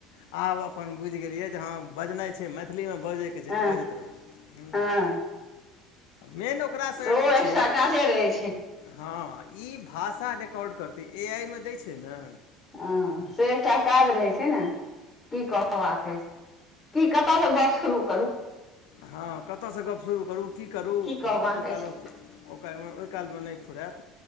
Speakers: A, on the left; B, on the left.
A: आब अपन बुइझ गेलियै जे हँ बजनाइ छै मैथिलीमे बजे के छै
B: हँ
A: बजेत रहु हम्म
B: हँ
A: मेन ओकरा से
B: सेहो
A: की
B: एकटा
A: छै
B: काजे रहै छै
A: हां ई भाषा रिकॉर्ड करतै ए आइ मे दै छै न
B: हं, से एकटा काज रहै छै न, की कहबाक अइछ। की कत सँ गप शुरू करू।
A: हँ कत सँ गप्प शुरू करू, की करू
B: कहबाक
A: ओयि
B: अछि
A: कालमे ओ कैल मे ओयि कालमे नयि फुरेत।